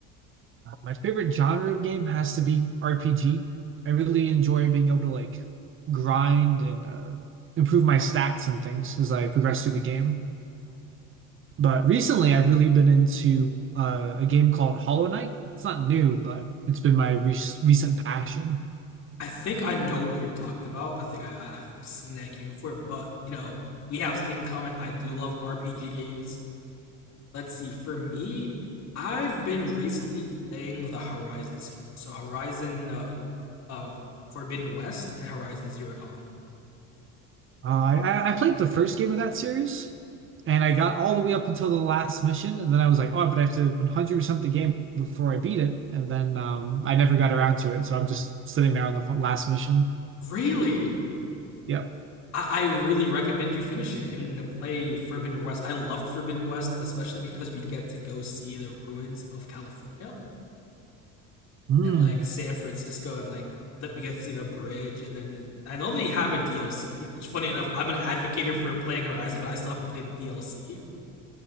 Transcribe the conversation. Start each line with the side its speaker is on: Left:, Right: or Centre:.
Right: Uh, my favorite genre of game has to be RPG. I really enjoy being able to like grind and uh, improve my stats and things as I progress through the game. But recently, I've really been into uh, a game called Hollow Knight. It's not new, but it's been my re recent passion.
Left: I think I know what you're talking about. I think I, I- I've seen that game before, but you know, we have something in common. I do love RPG games. Let's see, for me, I've been recently playing the Horizon series, so Horizon uh, uh, Forbidden West and Horizon Zero Dawn.
Right: Uh, I I played the first game of that series, and I got all the way up until the last mission, and then I was like, oh, but I have to 100 percent the game before I beat it, and then um, I never got around to it, so I'm just sitting there on the f- last mission.
Left: Really?
Right: Yep.
Left: I, I really recommend you finish it and play Forbidden West. I loved Forbidden West, especially because we get to go see the ruins of California
Right: Hmm.
Left: and like San Francisco and like that we get to see the bridge and then the, I know they have a DLC, which funny enough, I'm an advocate for playing Horizon, but I still haven't played the DLC.